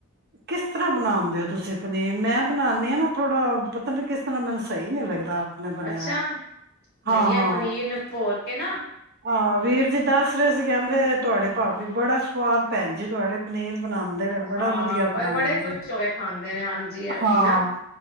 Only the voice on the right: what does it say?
ਕਿਸ ਤਰ੍ਹਾਂ ਬਣਾਉਦੇ ਹੋ ਤੁਸੀਂ ਪਨੀਰ। ਮੈਂ ਬਣਾਦੀ ਹਾਂ ਨਾ ਥੋੜ੍ਹਾ ਪਤਾ ਨਹੀਂ ਕਿਸ ਤਰ੍ਹਾਂ ਮੈਨੂੰ ਸਹੀ ਨਹੀ ਲੱਗਦਾ। ਆਪਣੇ ਬਣਿਆ
ਹਾਂ
ਹਾਂ
ਹਾਂ ਵੀਰ ਜੀ ਦੱਸ ਰਹੇ ਸੀ, ਕਹਿੰਦੇ ਤੁਹਾਡੇ ਭਾਾਬੀ ਬੜਾ ਸਵਾਦ, ਭੈਣ ਜੀ ਤੁਹਾਡੇ ਪਨੀਰ ਬਣਾਉਂਦੇ ਨੇ ਬੜਾ
ਵਧੀਆ। ਬਣਾਉਂਦੇ
ਨੇ
ਹਾਂ